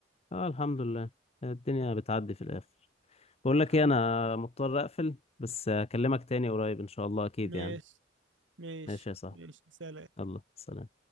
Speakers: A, on the left (about 35°); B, on the right (about 75°).
A: اه الحمد لله الدنيا بتعدي في الاخر بقول لك
B: الحمد
A: ايه انا مضطر اقفل بس اكلمك تاني قريب ان شاء الله اكيد
B: ماشي
A: يعني
B: ماشي
A: ماشي يا صاحبي
B: ماشي سلام
A: يلا سلام